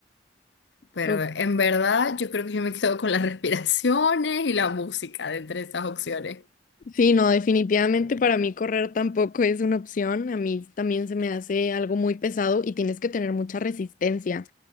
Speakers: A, on the left; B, on the left.
A: Pero
B: ok.
A: en verdad yo creo que yo me quedo con las <laughs> respiraciones y la música de entre esas opciones.
B: Sí, no, definitivamente para mí correr tampoco es una opción. A mí también se me hace algo muy pesado y tienes que tener mucha resistencia.